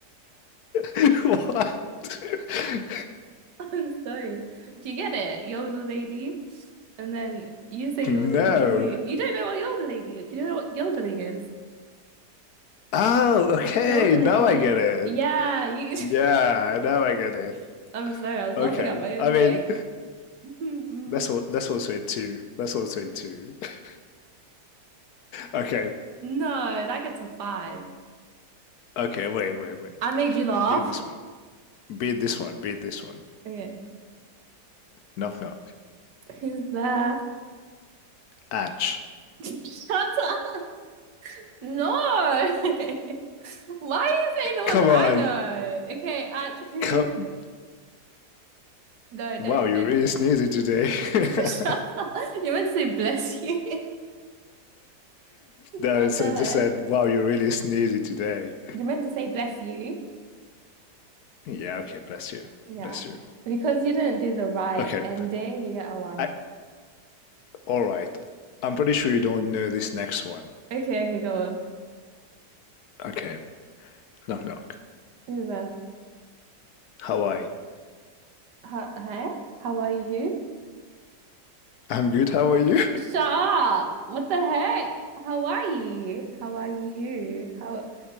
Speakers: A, on the left; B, on the right.
A: <laughs> what? <laughs>
B: I'm sorry. Do you get it? Yodel lady. And then you say yodel
A: No.
B: lady who? You don't know what yodel lady is. Do you know what yodeling is?
A: Oh, okay.
B: Yodeling.
A: Now I get it.
B: Yeah, you
A: Yeah, now I get it.
B: <laughs> I'm sorry, I was
A: Okay.
B: laughing at my own
A: I mean,
B: joke. Mhm.
A: that's all. That's also a two. That's also a two. <laughs> Okay.
B: No, that gets a five.
A: Okay. Wait. Wait. Wait.
B: I made you laugh.
A: Beat this one. Beat this one. Beat this one.
B: Okay.
A: Knock knock.
B: Who's there?
A: Atch.
B: <laughs> Shut up. No. <laughs> Why are you saying the ones
A: Come
B: I
A: on.
B: know? Okay, at who?
A: Come.
B: No, don't,
A: Wow, you
B: don't.
A: really sneezy today.
B: <laughs>
A: <laughs>
B: Shut up. You're meant to say bless you. <laughs>
A: No,
B: What
A: it said,
B: the heck?
A: just said, wow, you really sneezy today.
B: You're meant to say bless you.
A: Yeah. Okay. Bless you.
B: Yeah.
A: Bless you.
B: Because you didn't do the right
A: Okay.
B: ending, you get a one.
A: I
B: <laughs>
A: All right. I'm pretty sure you don't know this next one.
B: Okay, okay, go on.
A: Okay. Knock knock.
B: Who's there?
A: Hawaii.
B: Huh? huh? How are you? Who?
A: I'm good. How are you?
B: Stop! What the heck? Hawaii. Hawaii who? How